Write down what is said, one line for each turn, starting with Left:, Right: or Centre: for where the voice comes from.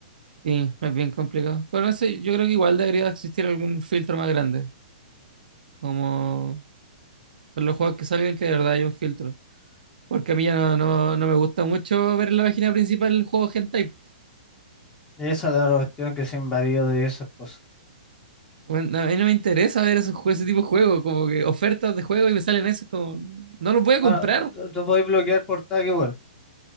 Right: Sí, es bien complicado. Pero no sé, yo creo que igual debería existir algún filtro más grande. Como en los juegos que salgan, que de verdad hay un filtro. Porque a mí ya no, no, no me gusta mucho ver en la página principal el juego hentai.
Left: esa es la cuestión que se invadió de esas cosas.
Right: Bueno, a mí no me interesa ver esos, jue- ese tipo de juegos, como que ofertas de juego y me salen esos como... No los voy a
Left: Bueno,
Right: comprar.
Left: tú, tú podés bloquear por tag igual.